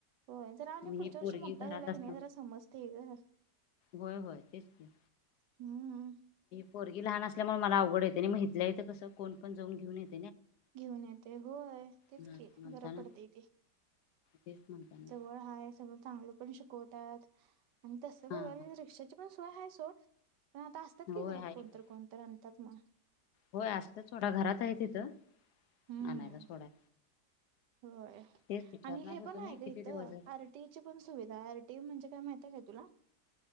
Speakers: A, on the right; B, on the left.
A: होय जरा आणि
B: मग
A: पुढच्या
B: ही पोरगी
A: वर्षी मोठा
B: घरात
A: झाला
B: असताना
A: क नाही जरा समजते घर
B: होय होय तेच नाही
A: हम्म.
B: पोरगी लहान असल्यामुळे मला अवघड होतेय आणि हितल्या हित माहित कसं कोण पण जाऊन घेऊन येत
A: घेऊन येते होय तेच
B: हम्म,
A: ख
B: म्हणताना
A: बरं पडते ते
B: तेच म्हणताना
A: जवळ हाय सगळं चांगलं पण शिक वतात. आणि तसं बघायाला
B: हा हा
A: रिक्षाची पण सोय आहे. <unintelligible> पण आता असतात
B: होय
A: की घरात
B: आहे
A: कोण
B: की.
A: तर कोण तर <unintelligible>
B: होय असतात सोडा घरात हाय तिथं.
A: हम्म
B: आणायला सोडाय.
A: होय
B: तेच विचारणार
A: आणि हे
B: होतो
A: पण
B: मी
A: आहे का
B: किती
A: इथं
B: दिवस झाले.
A: आरटीची पण सुविधा आरटी म्हणजे काय माहि ती का तुला?